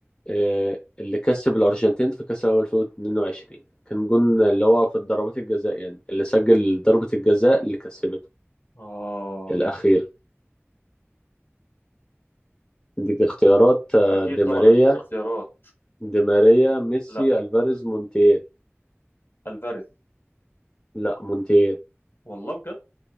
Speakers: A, on the left (about 20°); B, on the left (about 50°).
A: آه، اللي كسب الأرجنتين في كأس العالم 2022 كان جون اللي هو في الضربات الجزاء يعني اللي سجل ضربة الجزاء اللي كسبته
B: آه
A: الأخير ديك اختيارات آه،
B: أكيد
A: دي
B: طبعا
A: ماريا
B: اديني اختيارات
A: دي ماريا ميسي
B: لا
A: ألفاريز مونتيل
B: ألفاريز
A: لا مونتيل
B: والله بجد